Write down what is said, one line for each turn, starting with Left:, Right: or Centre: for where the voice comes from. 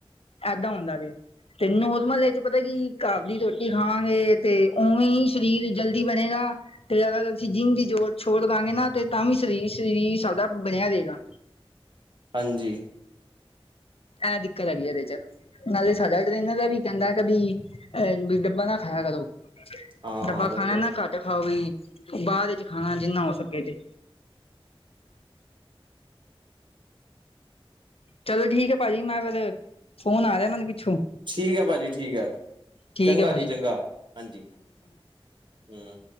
Left: ਏਦਾਂ ਹੁੰਦਾ ਵੇ। ਤੇ ਨੋਰਮਲ ਏਚ ਪਤਾ ਕੀ, ਘਰ ਦੀ ਰੋਟੀ ਖਾਵਾਂਗੇ ਤੇ, ਉਵੇਂਈ ਸਰੀਰ ਜ ਕੀ ਬਣੇਗਾ ਤੇ ਅਗਰ ਅਸੀਂ ਜਿੰਮ ਦੀ ਜੋੜ ਛੋੜ ਦਾਂਗੇ ਨਾ, ਤੇ ਤਾਂ ਵੀ ਸਰੀ- ਸਰੀਰ ਸਾਡਾ ਬਣਿਆ ਰਏਗਾ।
Right: ਹਾਂਜੀ।
Left: ਐ ਦਿੱਕਤ ਹੈਗੀ ਇਹਦੇ ਚ। ਨਾਲੇ ਸਾਡਾ ਟ੍ਰੇਨਰ ਇਹਨਾਂ ਦਾ ਵੀ ਕਹਿੰਦਾ ਕਿ ਬ ਅਹ ਡੱਬਾ ਨਾ ਖਾਇਆ ਕਰੋ।
Right: ਹਾਂ
Left: ਡੱਬਾ
Right: ਹਾਂ ਵਧੀਆ
Left: ਖਾਣਾ ਨਾ
Right: ਵਧੀਆ
Left: ਘੱਟ ਖਾਓ ਵੀ। ਬਾਅਦ ਵਿੱਚ ਖਾਣਾ, ਜਿੰਨਾ ਹੋ ਸਕੇ ਤੇ। ਚਲੋ ਠੀਕ ਅ ਭਾਜੀ ਮੈਂ ਫਿਰ, ਫੋਨ ਆ ਰਿਹਾ ਮੈਨੂੰ ਪਿੱਛੋਂ।
Right: ਠੀਕ ਹੈ ਭਾਜੀ ਠੀਕ ਹੈ,
Left: ਠੀਕ
Right: ਚੰਗਾ
Left: ਹੈ ਭਾਜੀ
Right: ਜੀ ਚੰਗਾ, ਹਾਂਜੀ ਹੂ।